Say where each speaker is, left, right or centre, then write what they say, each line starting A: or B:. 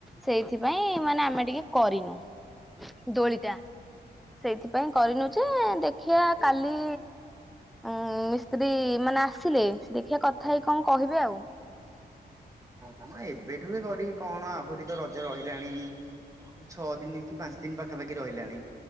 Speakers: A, in the centre; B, on the right.
A: ସେଇଥିପାଇଁ ମାନେ ଆମେ ଟିକେ କରିନୁ ଦୋଳିଟା। ସେଇଥିପାଇଁ କରିନୁ ଯେ ଦେଖିଆ କାଲି ଉଁ ମିସ୍ତ୍ରୀ ମାନେ ଆସିଲେ ଦେଖିଆ କଥା ହେଇ କଣ କହିବେ ଆଉ।
B: ହଁ ଏବେଠୁ ବି କରିକି କଣ ଆହୁରି ତ ରଜ ରହିଲାଣି ଛଅ ଦିନି କି ପାଞ୍ଚ ଦିନି ପାଖାପାଖି ରହିଲାଣି।